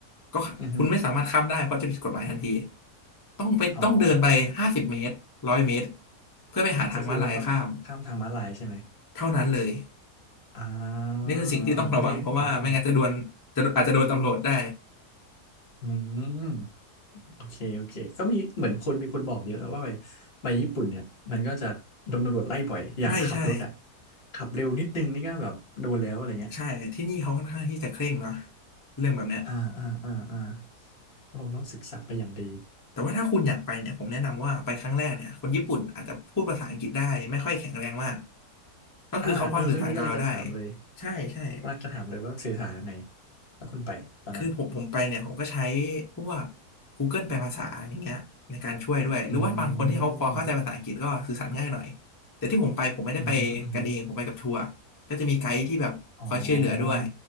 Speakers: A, on the left; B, on the left.
A: ก็คุณไม่สามารถข้ามได้เพราะจะผิดกฎหมายทันที
B: อือฮึ
A: ต้องไปต้องเดินไปห้าสิบเมตรร้อยเมตร
B: อ๋อก็
A: เพื่อไปหาทางม้าลายข้าม
B: ก็คือก็ต้องข้ามทางม้าลายใช่ไหม
A: เท่านั้นเลย
B: อ่า
A: นี่คือสิ่งที่ต้องระวังเพราะว่าไม่งั้นจะโดนจะอาจจะโดนตำรวจได้
B: ประเทศเขาก็อืมโอเคโอเคก็มีเหมือนคนมีคนบอกเยอะว่าไปไปญี่ปุ่นเนี่ยมันก็จะโดนตำรวจไล่บ่อยอย่างขับรถอะ
A: ใช่ใช่
B: ขับเร็วนิดนึงนี่ก็แบบโดนแล้วอะไรเงี้ย
A: ใช่ที่นี่เขาค่อนข้างที่จะเคร่งเนาะเรื่องแบบเนี้ย
B: อ่าอ่าอ่าอ่าเราคงต้องศึกษาไปอย่างดี
A: แต่ว่าถ้าคุณอยากไปเนี่ยผมแนะนำว่าไปครั้งแรกเนี่ยคนญี่ปุ่นอาจจะพูดภาษาอังกฤษได้ไม่ค่อยแข็งแรงมากก็คือเขาพอสื่อสารกับเราได้
B: อ่าเออเรื่องนี้กำลังจะถามเลย
A: ใช่ใช่
B: กำลังจะถามเลยว่าสื่อสารยังไงถ้าคุณไปตอนนั้น
A: คือผมผมไปเนี่ยผมก็ใช้พวก Google แปลภาษาอย่างเงี้ยในการช่วยด้วยหรือว่าบางคนที่เขาพอเข้าใจภาษาอังกฤษก็สื่อสารง่ายหน่อย
B: อืม
A: แต่ที่ผมไปผมไม่ได้ไปกันเองผมไปกับทัวร์ก็จะมีไกด์ที่แบบคอยช่วยเหลือด้วย
B: อือหืออือหืออ๋อ